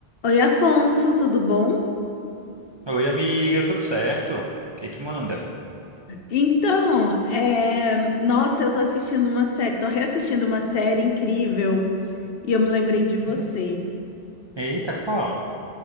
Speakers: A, on the left; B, on the right.
A: Oi, Afonso, tudo bom?
B: Oi, amiga, tudo certo? O que que manda?
A: Então, é, nossa, eu tô assistindo uma série, tô reassistindo uma série incrível e eu me lembrei de você.
B: <laughs> Eita, qual?